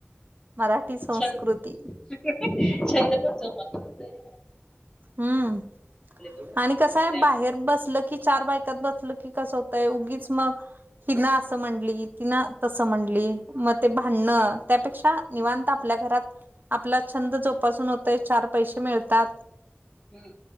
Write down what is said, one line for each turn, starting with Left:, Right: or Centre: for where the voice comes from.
Right: मराठी संस्कृती,
Left: छंद छंद पण जोपासला जातोय.
Right: हम्म
Left: जातात.
Right: आणि कसं आहे, बाहेर
Left: त्यामुळे
Right: बसल की चार बायक बसलं की कसं होतंय उगीच मग, हि ना असं म्हणली, ति ना, तसं म्हणली मग ते भांडणं त्यापेक्षा, निवांत आपल्या घरात, आपला छंद जोपासून होतय, चार पैसे मिळतात.
Left: हुं